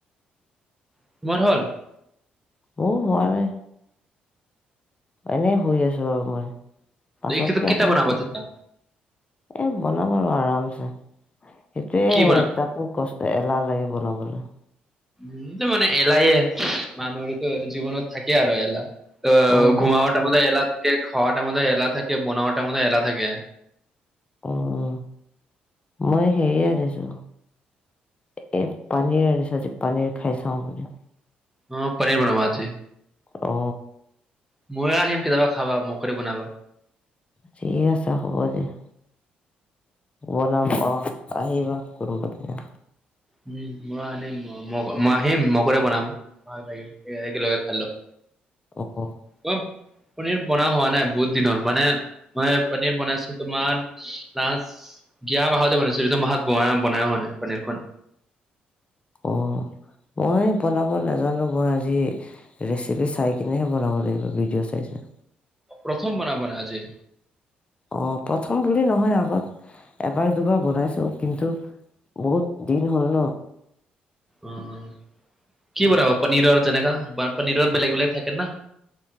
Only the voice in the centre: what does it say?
<inaudible>
এইটো
কেতিয়া
বনাবা
তেতিয়া
কি বনাবা
এইটো মানে এলাহে মানুহৰতো জীৱনত থাকে আৰু এলাহ। অ
ঘুমাব টাইমতো এলাহ থাকে, খোৱা টাইমতো এলাহ থাকে, বনোৱা টাইমতো এলাহ থাকে।
অ পনীৰ বনাম আজি।
ম‌ইয়ো আহিম কেতিয়াবা খাবা মোকে দি বনাবা।
উম মই আনিম ম মই আহিম মোৰ কাৰণে বনাব। ভাল লাগিল একে লগে খালেন।
কম পনীৰ বনোৱা হোৱা নাই বহুত দিন হ'ল। মানে মই পনীৰ বনাইছো তোমাৰ লাষ্ট - গিয়া মাহতে বনাইছো এইটো মাহত ব বনাৱাই হোৱা নাই পনীৰখন।
প্ৰথম বনাব মানে আজি?
উম কি বনাব পনীৰৰ যেনেকা পনীৰৰ বেলেগ বেলেগ থাকে না।